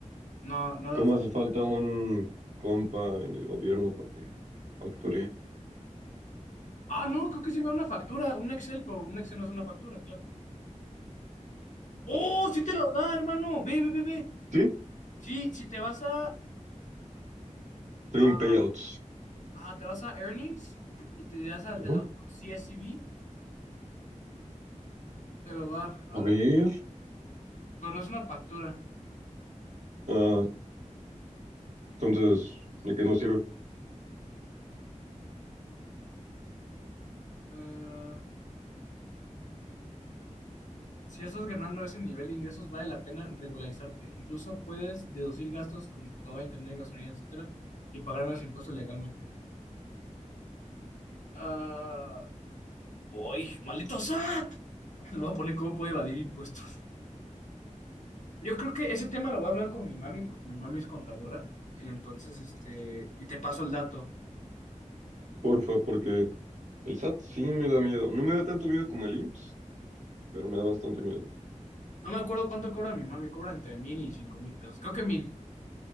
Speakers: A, on the left (about 70°); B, on the right (about 65°).
A: No, no
B: ¿Cómo
A: da factura.
B: hace falta un compa en el gobierno para que facture?
A: Ah, no, creo que sí me da una factura, un Excel, pero un Excel no es una factura, claro. ¡Oh, sí te lo da, hermano! Ve, ve, ve, ve.
B: Sí,
A: Sí, si te vas a,
B: estoy
A: a,
B: en payouts.
A: ajá, te vas a Earnings y te das a del
B: Ujú.
A: auto CSV, te lo da. A
B: A
A: ver,
B: ver,
A: pero no es una factura.
B: ah, entonces, ¿de qué nos sirve?
A: Ah, si estás ganando ese nivel de ingresos, vale la pena regularizarte. Incluso puedes deducir gastos, computadora, internet, gasolina, etcétera, y pagar menos impuestos legalmente. Ah, ¡Uy! ¡Maldito SAT! Le voy a poner cómo puede evadir impuestos. Yo creo que ese tema lo voy a hablar con mi mami, porque mi mami es contadora. Entonces, este, y te paso el dato.
B: Porfa, porque el SAT sí me da miedo. No me da tanto miedo como el IMSS, pero me da bastante miedo.
A: No me acuerdo cuánto cobra mi mami, cobra entre mil y cinco mil pesos. Creo que mil.